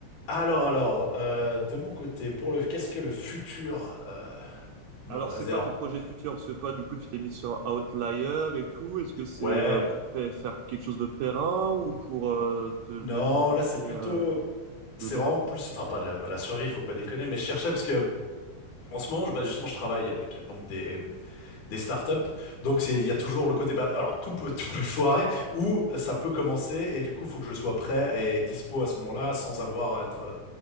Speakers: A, on the left; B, on the right.
A: Alors, alors, euh, de mon côté, pour le qu'est-ce que le futur euh, me
B: Alors,
A: réserve?
B: c'est quoi tes projets futurs? Parce que toi, du coup, tu t'es mis sur Outlier et tout. Est-ce que c'est
A: Ouais,
B: euh, pour pa- faire quelque chose de périn ou pour euh, te
A: non,
B: mettre un
A: là c'est
B: pied
A: plutôt,
B: euh,
A: c'est
B: dedans?
A: vraiment plus, enfin pas de la, pas de la survie, faut pas déconner, mais je cherchais parce que en ce moment, je, bah, justement, je travaille avec donc des des startups, donc c'est- il y a toujours
B: Ouais.
A: le côté, bah, alors tout peut tout peut <laughs> foirer ou ça peut commencer et du coup, faut que je sois prêt et dispo à ce moment-là sans avoir à être euh,